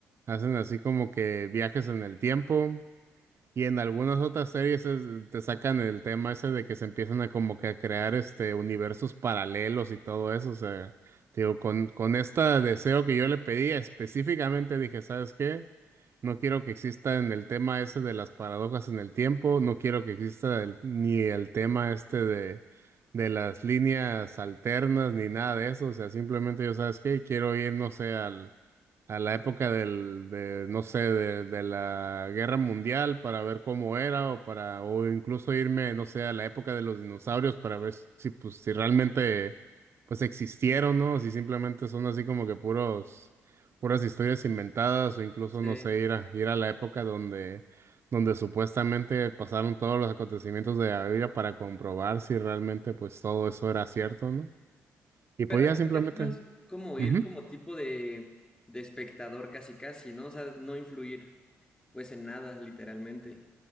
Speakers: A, on the right; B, on the left.
A: hacen así como que viajes en el tiempo. Y en algunas otras series es- te sacan el tema ese de que se empiezan a como que a crear este universos paralelos y todo eso. O sea, digo, con, con este deseo que yo le pedí específicamente dije, ¿sabes qué? No quiero que exista en el tema ese de las paradojas en el tiempo, no quiero que exista el- ni el tema este de, de las líneas alternas, ni nada de eso. O sea, simplemente yo, ¿sabes qué? Quiero ir, no sé, a la época del, de, no sé, de, de la guerra mundial para ver cómo era o para, o incluso irme, no sé, a la época de los dinosaurios para ver si, pues, si realmente, pues, existieron, ¿no? Si simplemente son así como que puros, puras historias inventadas o incluso,
B: sí.
A: no sé, ir a, ir a la época donde, donde supuestamente pasaron todos los acontecimientos de la Biblia para comprobar si realmente, pues, todo eso era cierto, ¿no? Y
B: Pero
A: pues
B: hasta
A: ya simplemente.
B: sería como, es- como ir
A: ujú.
B: como tipo de, de espectador casi casi, ¿no? O sea, no influir pues en nada, literalmente.